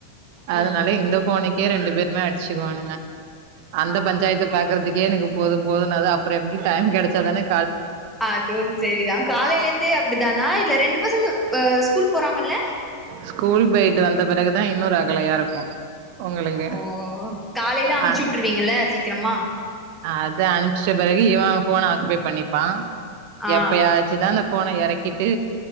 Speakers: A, on the right; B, in the centre.
A: அதுனால
B: ம்
A: இந்த ஃபோன்னுக்கே ரெண்டு பேருமே அடிச்சுக்குவானுங்க அந்த
B: ஆ
A: பஞ்சாயத்த பாக்குறதுக்கே எனக்கு போதும் போதுும் அது அப்புற எப்டி டைம் கெடச்சாதான
B: அதுவும் சரிதா காலையில ருந்தே அப்டிதானா இல்ல ரெண்டு பசங்கு ஸ்கூல் போறாங்கல்ல
A: ஸ்கூல் போயிட்டு வந்த பெறகுதா இன்னு ரகலையா இருக்கு ஒங்கங்களுக்கு
B: ஓ காலையில அமுச்சு
A: ஆ அ
B: விட்டுருவீங்கல்ல சீக்கிரமா
A: அத அனுச்ட்ட பெறகு இவ ஃபோன ஆக்குபை பண்ணிப்பா
B: ஆ
A: எப்பயா ச்சுதா அந்த ஃபோன எறக்கிட்டு